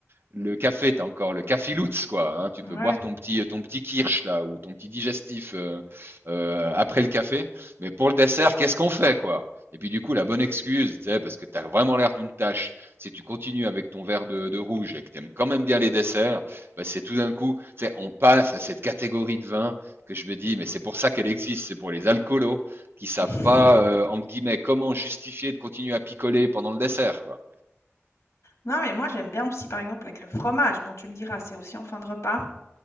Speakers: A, on the right; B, on the left.
A: le café, t'as encore le cafilutz, quoi. hein. tu
B: Ouais.
A: peux boire ton petit, ton petit kirsch, là, ou ton petit digestif euh, euh, après le café. Mais pour le dessert, qu'est-ce qu'on fait, quoi Et puis, du coup, la bonne excuse, tu sais, parce que t'as vraiment l'air d'une tâche, si tu continues avec ton verre de, de rouge et que t'aimes quand même bien les desserts, bah, c'est tout d'un coup, tu sais, on passe à cette catégorie de vin que je me dis, mais c'est pour ça qu'elle existe, c'est pour les alcoolos qui savent
B: <laughs>
A: pas, euh, entre guillemets, comment justifier de continuer à picoler pendant le dessert, quoi.
B: Non, mais moi j'aime bien aussi par exemple avec le fromage. Bon, tu me diras, c'est aussi en fin de repas,